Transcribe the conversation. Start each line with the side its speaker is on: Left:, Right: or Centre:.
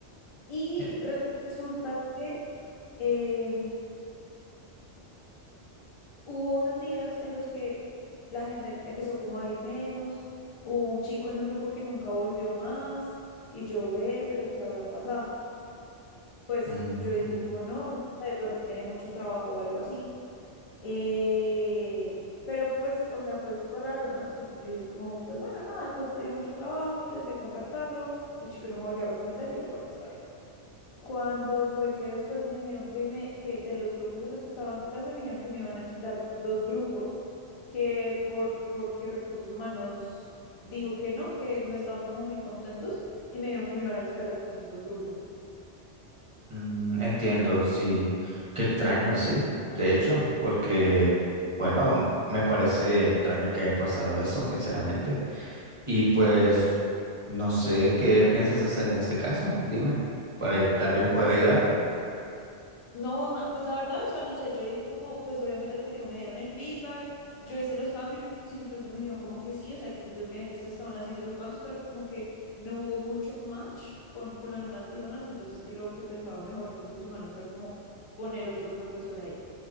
Left: Y
Right: eh,
Left: re- resulta que, eh, hubo unos días en los que la gente empezó como a ir menos, hubo un chico en un grupo que nunca volvió más y yo ve, pero ¿qué habrá pasado? Pues
Right: ujú,
Left: yo dije
Right: mm,
Left: como no, no sé, de pronto tiene mucho trabajo o algo así. Eh, pero pues, o sea, fue súper raro, ¿no? Entonces yo dije como, pues bueno, nada, de pronto tiene mucho trabajo, intenté contactarlo, el chico no me volvió a responder y yo, bueno, está bien. Cuando fue que después me dijeron que me, que de los grupos en los que estaba dando clase, me dijeron que me iban a quitar dos grupos, que por, porque recursos humanos dijo que no, que no estaban como muy contentos, y me dijeron que me iban a quitar esos dos grupos.
Right: mm, Entiendo, sí. Qué extraño, sí. De hecho, porque, bueno, me parece extraño que haya pasado eso, sinceramente. Y pues, no sé qué piensas hacer en ese caso. Dime, para tal
Left: No,
Right: vez poder
Left: pues
Right: ayudarte.
Left: No, ma- pues la verdad, o sea, no sé, yo dije como, pues obviamente lo que te digo, me dieron el feedback, yo hice los cambios, incluso me dijeron como que sí, o sea, que ellos veían que se estaban haciendo los cambios, pero como que no hubo mucho match con, con algunas personas, entonces que lo que pensaba mejor recursos humanos era como poner otro profesor ahí.